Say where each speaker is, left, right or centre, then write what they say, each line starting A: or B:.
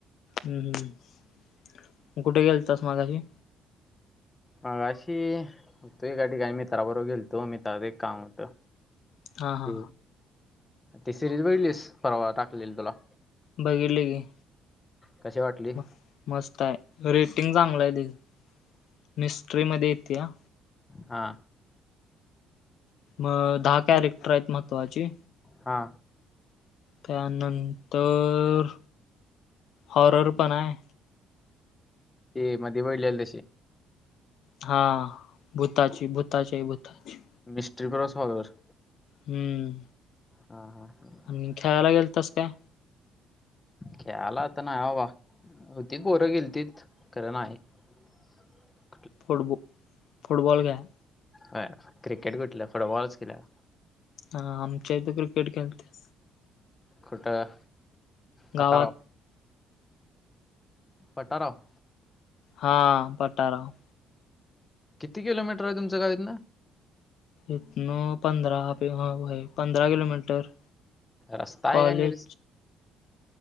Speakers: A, on the left; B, on the left.
A: हम्म हम् कुठे गेल तस माझाशी.
B: मग अशी तोय गाडी काय मित्राबरोबर गेल तो मी तुझ्याकडं एक काम होतं
A: हा हा
B: ते. ती सिरीज बघितलीस परवा टाकलेली तुला?
A: बघितलंय की
B: कशी वाटली.
A: म मस्त आहे रेटिंग चांगलं आहे त मिस्ट्री मध्ये येते या.
B: हा.
A: मग दहा कॅरेक्टर आहेत महत्त्वाची.
B: हा.
A: त्यानंतर हॉरर पण आहे.
B: हे मधी बघितलेलं तशी
A: हा भूताची भूताची भूताची.
B: म मिस्ट्री ब सलर.
A: हम्म.
B: हा हा हा.
A: आणि खेळायला गेलतास काय?
B: खेळायला आता नाही बाबा होती पोरं गेलतीत खरं नाही. <inaudible>
A: फुटबू फुटबॉल काय.
B: हं, क्रिकेट कुठलं फुटबॉलच केला.
A: हा आमच्या इथे क्रिकेट. <unintelligible>
B: कुठं? पटाराव
A: गावात
B: पटाराव.
A: हा, पटाराव.
B: किती किलोमीटर हाय तुमचं गाव इथनं?
A: इतनं पंधरा <unintelligible> व्हय, पंधरा किलोमीटर.
B: रस्ता आहे
A: कॉलेज
B: का नीट?